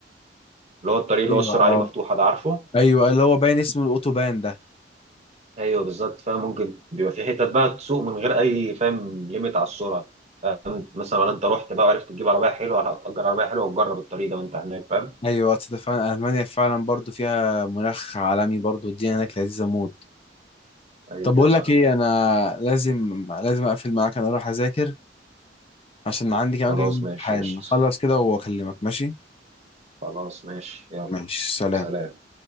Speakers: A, on the right (about 40°); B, on the left (about 30°).
A: اللي هو الطريق اللي
B: ايوه
A: هو السرعه
B: اه
A: عليه مفتوحه ده عارفه
B: أيوة اللي هو باين اسمه الأوتوبان ده
A: ايوه بالظبط فاهم ممكن بيبقى في حتت بقى تسوق من غير اي فاهم ليميت على السرعه فاهم مثلا ولا انت رحت بقى وعرفت تجيب عربيه حلوه لا تأجر عربيه حلوه وتجرب الطريق ده وانت هناك فاهم
B: أيوة أصل ده فعلا ألمانيا فعلا برضه فيها مناخ عالمي برضه الدنيا هناك لذيذة موت
A: ايوه
B: طب بقول
A: صح
B: لك إيه أنا لازم لازم أقفل معاك أنا أروح أذاكر عشان عندي كمان
A: خلاص
B: كام يوم امتحان
A: ماشي قشطة
B: أخلص كده وأكلمك ماشي
A: خلاص ماشي يلا
B: ماشي سلام
A: سلام